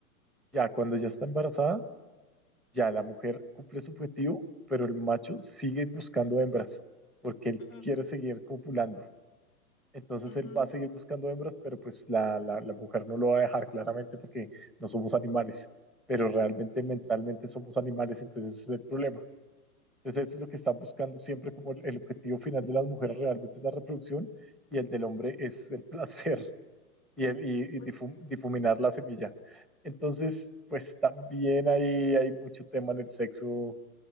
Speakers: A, in the centre; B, on the left.
A: ya cuando ya está embarazada, ya la mujer cumple su objetivo, pero el macho sigue buscando hembras, porque él
B: ujú,
A: quiere seguir copulando. Entonces
B: ujú,
A: él va a seguir buscando hembras, pero pues la, la, la mujer no lo va a dejar claramente porque no somos animales, pero realmente
B: Sí,
A: mentalmente
B: no.
A: somos animales, entonces ese es el problema. Entonces eso es lo que están buscando siempre como el, el objetivo final de las mujeres realmente es la reproducción y el del hombre es el <laughs> placer y, el, y,
B: Pues
A: y difum-
B: sí.
A: difuminar la semilla. Entonces, pues también ahí hay mucho tema en el sexo